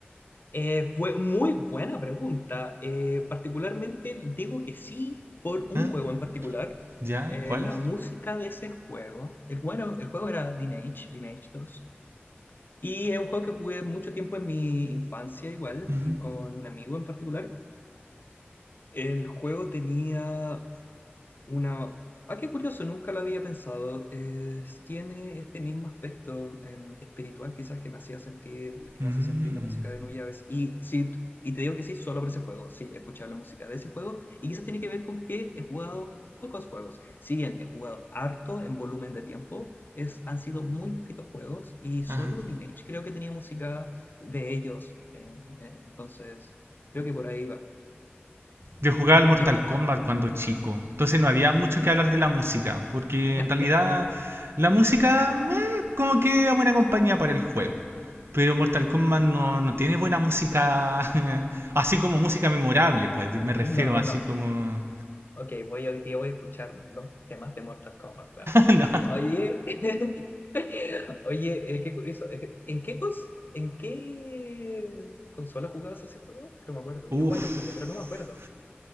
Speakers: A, on the left; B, on the right.
A: Eh, fue muy buena pregunta. Eh, particularmente digo que sí por
B: ¿Ah?
A: un juego en particular.
B: ¿Ya?
A: Eh,
B: ¿Cuál?
A: la música de ese juego, el, bueno, el juego era Lineage, Lineage dos Y es un juego que jugué mucho tiempo en mi infancia igual,
B: Ujú.
A: con un amigo en particular. El juego tenía una... Ah, qué curioso, nunca lo había pensado. Es- tiene este mismo aspecto em, espiritual quizás que me hacía sentir, que
B: Mm.
A: me hace sentir la música de Nujabes. Y sí, t- y te digo que sí, solo por ese juego. Sí, escuchar la música de ese juego. Y quizás tiene que ver con que he jugado pocos juegos. Si bien he jugado harto en volumen de tiempo, es, han sido muy poquitos juegos y solo
B: Ajá.
A: Lineage creo que tenía música de ellos. em, eh, entonces, creo que por ahí va.
B: Yo jugaba al Mortal
A: Yo-
B: Kombat cuando chico, entonces no había mucho que hablar de la música, porque
A: <laughs>
B: en realidad la música eh, como que era buena compañía para el juego. Pero Mortal Kombat no, no tiene buena música, <laughs> así como música memorable, pues me refiero
A: No,
B: así
A: no.
B: como...
A: Ok, voy hoy día voy a escuchar los temas de Mortal Kombat, claro.
B: <laughs> no.
A: Oye, <laughs> oye, eh, qué curioso. eh, ¿En qué, cons- en qué consola jugabas ese juego? Que No me acuerdo.
B: Uf.
A: Yo igual lo jugué, pero no me acuerdo.